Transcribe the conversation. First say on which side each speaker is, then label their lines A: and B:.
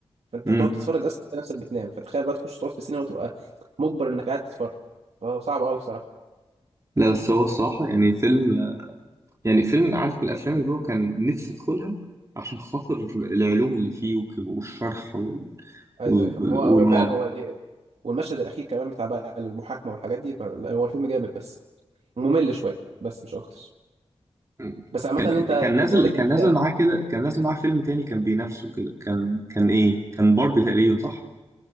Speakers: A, on the right; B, on the right.
A: فانت
B: امم
A: هتقعد تتفرج اصلا تلاقي نفسك بتنام فتخيل بقى تخش تقعد في السينما وتبقى مجبر انك قاعد تتفرج فهو صعب قوي بصراحة
B: لا بس هو الصراحه يعني فيلم يعني فيلم عارف من الافلام اللي هو كان نفسي ادخلها عشان خاطر العلوم اللي فيه وك- والشرح وال...
A: ايوه
B: وال...
A: يا فاهم هو هو
B: والموضوع
A: فعلا هو إيه. والمشهد الاخير كمان بتاع بقى المحاكمة والحاجات دي فهو الفيلم جامد بس ممل شوية بس مش اكتر
B: مم.
A: بس عامة
B: كان
A: انت يعني
B: كان
A: واضح
B: نازل كان
A: ان انت
B: نازل معاه كده كان نازل معاه فيلم تاني كان بينافسه كده كان كان ايه كان باربي تقريبا صح